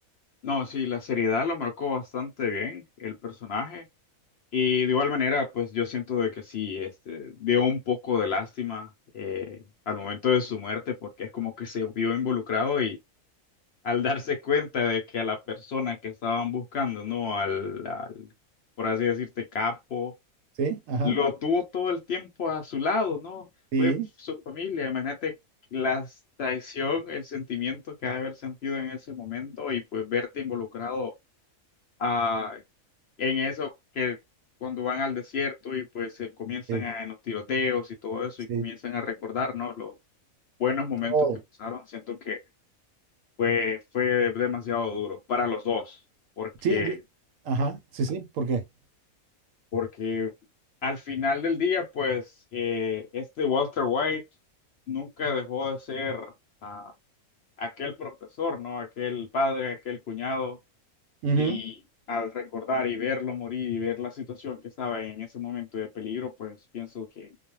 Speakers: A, on the left; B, on the right.
A: No, sí, la seriedad lo marcó bastante bien el personaje y de igual manera, pues yo siento de que sí, este, dio un poco de lástima eh, al momento de su muerte porque es como que se vio involucrado y al <laughs> darse cuenta de que a la persona que estaban buscando, ¿no? Al, al, por así decirte, capo,
B: Sí, ajá,
A: lo tuvo todo el tiempo a su lado, ¿no?
B: sí,
A: Fue su familia, imagínate la traición, el sentimiento que ha de haber sentido en ese momento y pues verte involucrado ah, en eso que cuando van al desierto y pues se comienzan
B: sí,
A: a, en los tiroteos y todo eso
B: sí,
A: y comienzan a recordar, ¿no? Los buenos momentos
B: todo.
A: que pasaron, siento que fue, fue demasiado duro para los dos, porque,
B: Sí, ye- ajá, sí, sí, ¿por qué?
A: porque al final del día, pues eh, este Walter White nunca dejó de ser ah, aquel profesor, ¿no? Aquel padre, aquel cuñado
B: Ujú,
A: Y al recordar y verlo morir y ver la situación que estaba en ese momento de peligro, pues pienso que